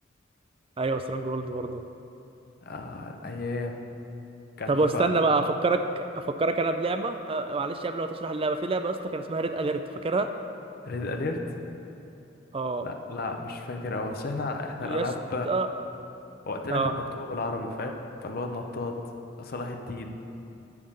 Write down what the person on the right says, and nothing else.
ايوه سترونج جولد برضه
طب
واستنى
بقى افكرك افكرك انا بلعبه أه، معلش قبل ما تشرح اللعبه في لعبه يا اسطى كان اسمها ريد اليرت فاكرها
اه
يا
اسطى
اه